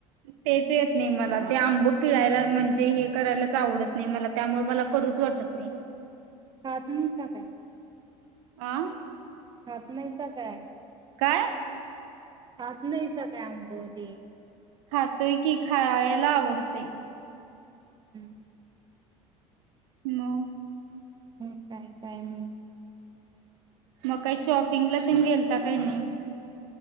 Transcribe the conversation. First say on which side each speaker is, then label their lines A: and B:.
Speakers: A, on the right; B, on the right.
A: तेच येत नई मला. ते आंबं पिळायला म्हणजे हे करायलाच आवडत नई मला, त्यामुळे मला करूच वाटत नई ते.
B: <unintelligible>
A: आं
B: हात नाहीस का काय?
A: काय?
B: खात नाहीस का काय आंबं ते?
A: खातोय की, खायायला आवडतय.
B: हम्
A: नो
B: हूं काय काय हं.
A: मग काय शॉपिंगला तेन गेल ता काय नाही?